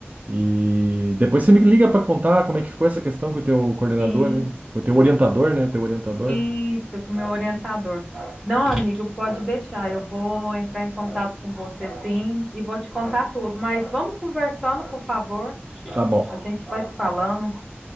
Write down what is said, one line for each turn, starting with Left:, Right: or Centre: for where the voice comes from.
Right: E depois você me liga para contar como é que ficou essa questão com o teu coordenador,
Centre: Sim,
Right: hein? Com o teu orientador, né? Teu orientador.
Centre: Isso, com o meu orientador. Não, amigo, pode deixar. Eu vou entrar em contato com você sim e vou te contar tudo. Mas vamos conversando, por favor.
Right: Tá bom.
Centre: A gente vai se falando.